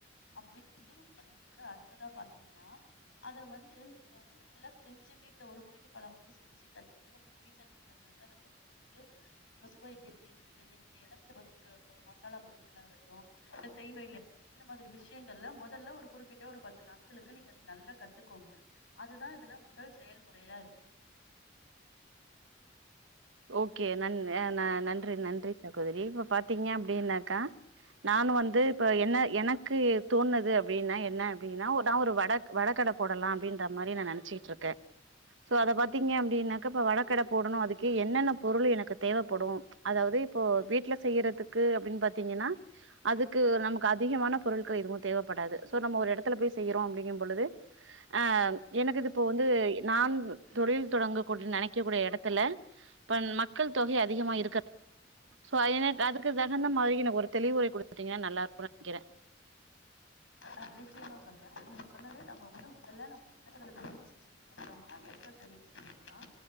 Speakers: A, on the left; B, on the right.
A: அப்டி முடுவு பண்ணதுக்கு அடுத்ததா பாத்தீங்கன்னா அத வந்து நீங்க வந்து நல்லா செஞ்சு வீட்ல ஒரு முறைக்கு பலமுறை செஞ்சு கட்டுக்கிட்டு உங்க வீட்ல இருகவங்கள்ட அத கொடுத்து சுவை எப்டி இருக் கு நீங்க எடுத்த பொருள்களோட ஒரு மசாலா பொருட்களாகட்டு இத செய் முறைல்ல இந்த மாதிரி விஷயங்கள்ல மொதல்ல ஒரு குறிப்பிட்ட ஒரு பத்து நாட்களுக்கு நீங்க அத நல்லா கத்துக்கோங்க அதுதா இதுல முதல் செயல்முறையா இருக்கு
B: ஓகே நன் அ ந நன்றி நன்றி சகோதரி இப்ப பாத்தீங்க அப்டினாக்கா நானு வந்து இப்ப என்ன எனக்கு தோண்ணது அப்டின்னா என்ன அப்டின்னா நா ஒரு வட வட கட போடலா அப்டின்ற மாரி நா நெனச்சிட்டுருக்கே சோ அத பாத்தீங்க அப்டின்னாக்க இப்ப வடகட போடணு அதுக்கு என்னென்ன பொருள் எனக்கு தேவைப்படு அதாவது இப்போ வீட்ல செய்றதுக்கு அப்டின்னு பாத்தீங்கன்னா அதுக்கு நமக்கு அதிகமான பொருட்கள் எதுவு தேவைப்படாது சோ நம்ம ஒரு இடத்துல போய் செய்றோ அப்டிங்கும் பொழுது ஆ எனக்குது இப்போ வந்து நான் தொழில் தொடங்கக்கூடிய நெனைக்கக் கூடிய எடத் த்துல இப்ப மக்கள் தொகை அதிகமா இருக்க சோ எனக்கு அதுக்கு தகுந்த மாதிரி எனக்கு ஒரு தெளிவுரை குடுத்தீங்னா நல்லாருக்குனு நெனைக்கிறே
A: ஆ நிச்சியமா சொல்றே நீங்க சொன்னது நம்ம வந்து முதல்ல நம்ம என்னற முடிவு செஞ்ச சக்கு அப்றமா எடத்த தெரிவு செய்றதுதா